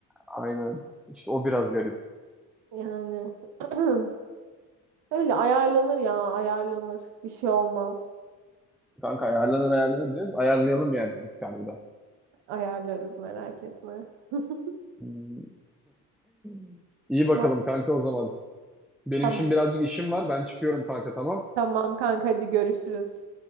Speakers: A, in the centre; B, on the right.
A: Aynen. İşte o biraz garip.
B: Yani <clears throat> öyle ayarlanır ya ayarlanır. Bir şey olmaz.
A: Kanka ayarlanır ayarlanır diyoruz. Ayarlayalım yani artık harbiden.
B: Ayarlarız merak etme. <laughs>
A: Hmm. <laughs> İyi
B: Ama
A: bakalım kanka o zaman. Benim
B: tamam,
A: şimdi birazcık işim var. Ben çıkıyorum kanka tamam.
B: tamam kanka hadi görüşürüz.